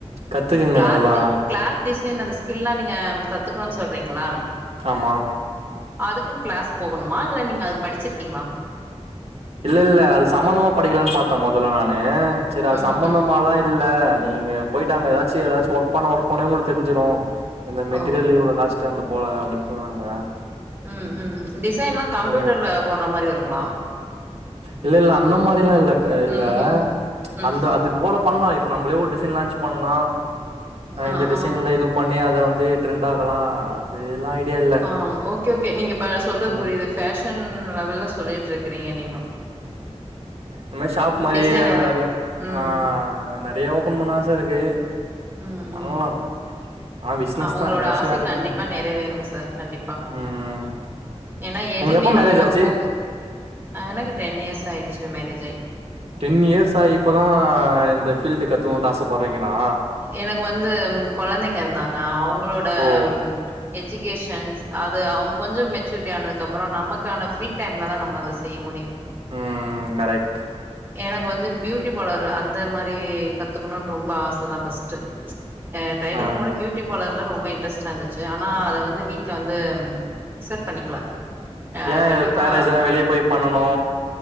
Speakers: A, on the right; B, on the right.
A: கத்துக்குங்க
B: கிளாத்து
A: நல்லா
B: கிளாத் டிசைன் அந்த ஸ்கில்லா நீங்க கத்துக்குணுன் சொல்றீங் மே
A: ஆமா
B: அதுக்குனு கிளாஸ் போகணுமா இல்ல நீங்க அது படிச்சிருக்கீங்ளா
A: இல்ல இல்ல அது சம்பந்தமா படிக்கலான் பாத் தே மொதல நானு சரி அது
B: ம்
A: சம்பந்தமாலா
B: ம்
A: இல்ல நீங்க போயிட்டு அங்க எதாச்சி எதாச்சி ஒர்க் பண்ண ஒர்க் பண்ண உங்களுக்கு தெரிஞ்சுரு இந்த மெட்டிரியல்
B: ஓ
A: இவ்ள காசு டு அந்த போல அப்டின் சொன்னாங்க
B: ம் ம் டிசைன்லா கம்ப்யூட்டர்ல
A: நீ
B: போட்ற மாரி வருங்
A: இல்ல இல்ல அந்த மாரில்லா இல்லக் இல்ல
B: ம் ம் ம்
A: அந்த
B: ம்
A: அது போல பண்லா இப் ப்ப நம்பளே ஒரு டிசைன் லான்ச் பண்லா
B: ஆ
A: இந்த டிசைன்ல
B: ஆ
A: இது பண்ணி அத வந்து ட்ரெண்ட் ஆகலா அதுல்லா ஐடியா இல்ல
B: ஆ ஓகே ஓகே நீங்க ப சொல்றது
A: ம்
B: புரியுது ஃபேஷன் லெவல்ல சொ சொல்லிட்ருக்கிறீங்க நீங்க
A: இம்மாரி ஷாப் மாரி
B: டிசைனரா
A: அதெல்லா நறய
B: ம்
A: ஆ நறய ஓபன் பண்ண ஆச இருக்கு
B: ம் ம்
A: பண்லாம் ஆனா பிசினஸ்
B: ஆ உங்களோட
A: தா ஏதாச்சு
B: ஆசை
A: வேலைக்கு
B: கண்டிப்பா
A: போணு
B: நெறைவேறுங் சார் கண்டிப்பா
A: ம்
B: ஏன்னா
A: உங்களுக்கு
B: எதுமே
A: எப்ப மேரேஜ்
B: நம்ம ஒரு
A: ஆச்சு
B: ஃபோக் அ எனக்கு டென் இயர்ஸ் ஆயிடுச்சு மேரேஜ் ஆயி
A: டென் இயர்ஸ் ஆ இப்பதா இந்த ஃபீல்டு கத்துக்கனுட்டு ஆசப்படுறீங்களா
B: எனக்கு வந்து கொழந்தைங்க இருந்தாங்க அவுங்களோட
A: ஓ
B: ம் எஜிகேஷ ன்ஸ் அது அவுங்க கொஞ்ச மெச்சூரிட்டி ஆனதுக்கு அப்பறோ நமக்கான ஃப்ரீ டைம்ல தான் நம்ம அத செய்ய முடியும்
A: ம் கரெக்ட்
B: எனக்கு வந்து பியூட்டி பார்லர் அந்த மாரி கத்துக்கணுனு ரொம்ப ஆச தான் ஃபர்ஸ்டு ட டைலரிங்கோட
A: ஆ
B: ஃபியூட்டி பார்லர்ல தான் ரொம்ப இன்ட்ரஸ் ட்டா இருந்துச்சு ஆனா அத வந்து வீட்ல வந்து அக்செட் பண்ணிக்கல அ
A: ஏ
B: கண்டிப்பா
A: எதோ மேரேஜ்னா வெளியே போய் பண்ணனு